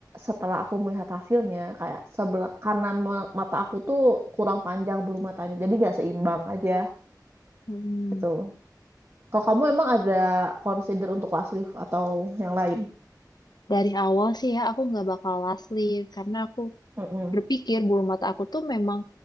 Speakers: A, on the right; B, on the left.
A: setelah aku melihat hasilnya kayak sebelah kanan ma- mata aku tuh kurang panjang bulu matanya jadi gak seimbang aja
B: Mm-mm.
A: gitu Kalau kamu emang ada consider untuk last leaf atau yang lain?
B: Dari awal sih ya aku nggak bakal last leave karena aku
A: Mm-mm.
B: berpikir bulu mata aku tuh memang